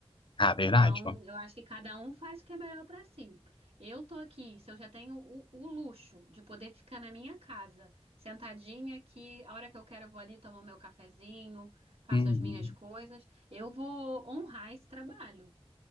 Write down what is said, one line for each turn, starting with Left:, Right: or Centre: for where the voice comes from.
Left: Ah,
Right: Então,
Left: verdade, ó.
Right: eu acho que cada um faz o que é melhor para si. Eu tô aqui, se eu já tenho o, o luxo de poder ficar na minha casa, sentadinha aqui, a hora que eu quero eu vou ali tomar meu cafezinho, faço
Left: Uhum.
Right: as minhas coisas, eu vou honrar esse trabalho.